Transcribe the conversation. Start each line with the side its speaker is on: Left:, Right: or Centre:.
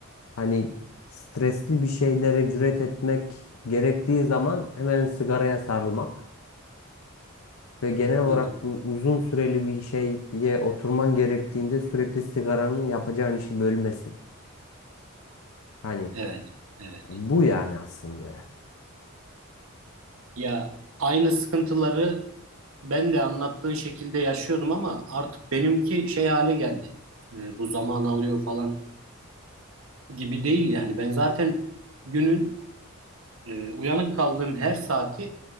Left: Hani stresli bir şeylere cüret etmek gerektiği zaman hemen sigaraya sarılmak ve genel olarak
Right: hı hı.
Left: bu uzun süreli bir şeye oturman gerektiğinde sürekli sigaranın yapacağın işi bölmesi. Hani
Right: Evet, evet.
Left: bu yani aslında ya.
Right: Ya aynı sıkıntıları ben de anlattığın şekilde yaşıyordum ama artık benimki şey hale geldi. E, bu zaman alıyor falan gibi değil yani. Ben zaten günün e, uyanık kaldığım her saati